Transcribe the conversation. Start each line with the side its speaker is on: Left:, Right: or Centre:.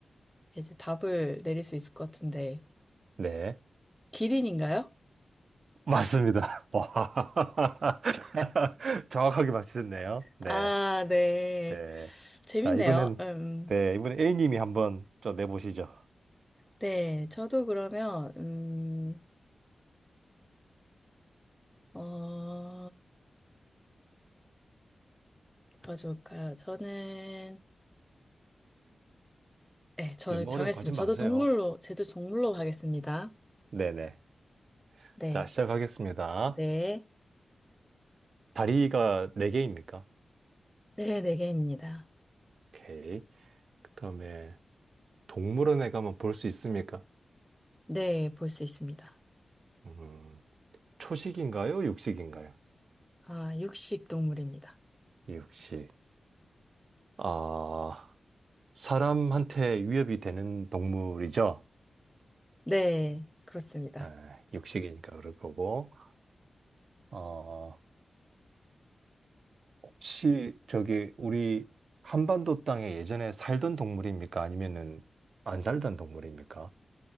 Centre: 이제 답을 내릴 수 있을 것 같은데,
Right: 네,
Centre: 기린인가요?
Right: 맞습니다. <laughs> 와, <laughs> 정확하게 맞히셨네요. 네,
Centre: 아, 네.
Right: 네.
Centre: 재밌네요.
Right: 자, 이번엔,
Centre: 음,
Right: 네, 이번엔 A님이 한번 좀 내보시죠.
Centre: 네. 저도 그러면, 음, 어, 뭐가 좋을까요? 저는, 네, 저
Right: 너무
Centre: 정했습니다.
Right: 어려운 거 하지 마세요.
Centre: 저도 동물로, 제도 동물로 가겠습니다.
Right: 네네.
Centre: 네.
Right: 자, 시작하겠습니다.
Centre: 네.
Right: 다리가 네개입니까
Centre: 네, 네 개입니다.
Right: 오케이. 그 다음에, 동물원에 가면 볼 수 있습니까?
Centre: 네, 볼 수 있습니다.
Right: 음. 초식인가요? 육식인가요?
Centre: 아, 육식 동물입니다.
Right: 육식. 아, 사람한테 위협이 되는 동물이죠?
Centre: 네, 그렇습니다.
Right: 에, 육식이니까 그럴 거고. 어, 혹시 저기 우리 한반도 땅에 예전에 살던 동물입니까? 아니면은 안 살던 동물입니까?